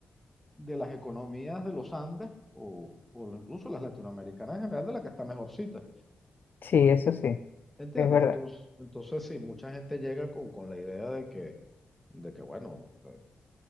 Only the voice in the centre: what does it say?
de las economías de los Andes, o, o lo- incluso las latinoamericanas en general, de la que está mejorcita,
¿entiendes?
Entonces, entonces sí, mucha gente llega con, con la idea de que, de que bueno, eh,